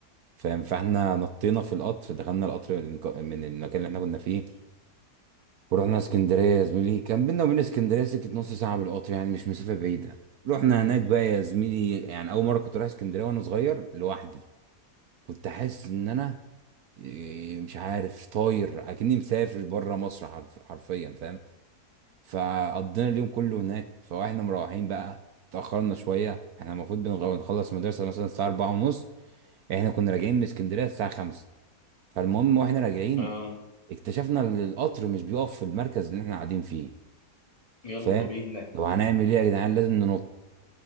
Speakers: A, on the right; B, on the left.
A: فاهم فاحنا نطينا في القطر دخلنا القطر من الك- من المكان اللي احنا كنا فيه ورحنا اسكندريه يا زميلي كان بينا وبين اسكندريه سكه نص ساعه بالقطر يعني مش مسافه بعيده رحنا هناك بقى يا زميلي يعني اول مره كنت رايح اسكندريه وانا صغير لوحدي كنت حاسس ان انا إيه، مش عارف طاير اكني مسافر بره مصر حرف حرفيا فاهم فقضينا اليوم كله هناك فاحنا مروحين بقى اتاخرنا شويه احنا المفروض بنغ- بنخلص المدرسه مثلا الساعه 4 ونص احنا كنا راجعين من اسكندريه الساعه 5 فالمهم واحنا راجعين
B: اه
A: اكتشفنا ان القطر مش بيقف في المركز اللي احنا قاعدين فيه
B: يلا
A: فاهم
B: بينا
A: طب هنعمل ايه يا جدعان لازم ننط